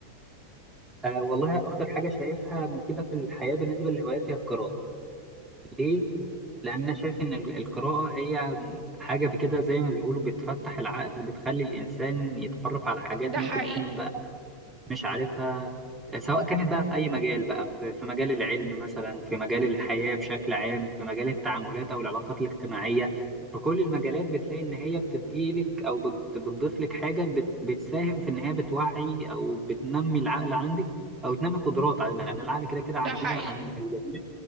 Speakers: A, on the right; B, on the right.
A: أه والله أكتر حاجة شايفها مفيدة في الحياة بالنسبة للهوايات هي القراءة ليه؟ لأن أنا شايف إن ال- القراءة هي حاجة بكده زي ما بيقولوا بتفتح العقل بتخلي الإنسان يتعرف على حاجات
B: ده
A: ممكن
B: حقيقي
A: يكون مش عارفها سواء كانت بقى في أي مجال بقى في في مجال العلم مثلا في مجال الحياة بشكل عام في مجال التعاملات أو العلاقات الاجتماعية في كل المجالات بتلاقي إن هي بتديلك أو بت- بتضيف لك حاجة بت- بتساهم في إن هي بتوعي أو بتنمي العقل عندك أو تنمي قدرات على- لأن العقل كده كده عندنا
B: ده حقيقي
A: عند الجميع